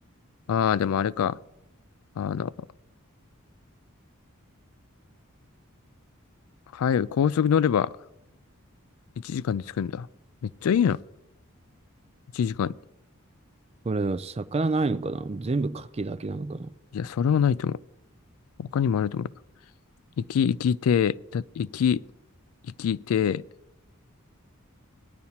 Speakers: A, on the left (about 80°); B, on the right (about 30°).
A: ああ、でもあれか。あの、ハイウェイ、高速乗れば1時間で着くんだ。めっちゃいいな。1時間。
B: これ、魚ないのかな全部牡蠣だけなのかな
A: いや、それはないと思う。他にもあると思う。行き、行きて、だ、行き、行きて、っ